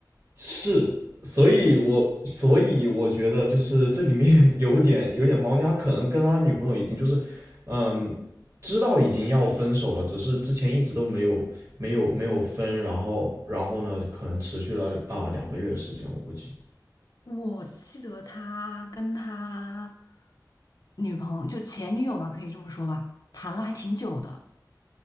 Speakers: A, on the right; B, on the left.
A: 是，所以我所以我觉得就是这里面 <laughs> 有点有点猫腻，他可能跟他女朋友已经就是，嗯，知道已经要分手了，只是之前一直都没有没有没有分，然后然后呢，可能持续了啊、呃两个月的时间，我估计。
B: 我记得他跟他女朋友就前女友吧，可以这么说吧，谈了还挺久的，